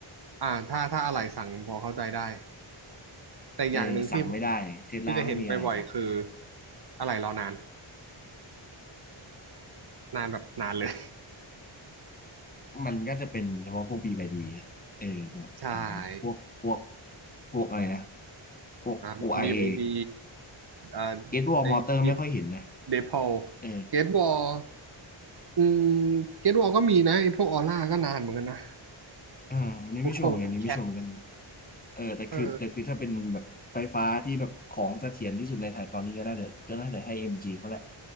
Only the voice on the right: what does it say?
อ่าถ้าถ้าอะไรสั่งพอเข้าใจได้ แต่อย่างหนึ่งที่
ที่จะเห็นไปบ่อยๆคือ อะไรรอนาน นานแบบนานเลย
<laughs> ใช่
ครับบีวายดี
อ่า
ไอดิฟเดพอล
เกตวอลอืมเกตวอลก็มีนะไอพวกออร่าก็นานเหมือนกันนะ
กูดคงกูดแคท
เออ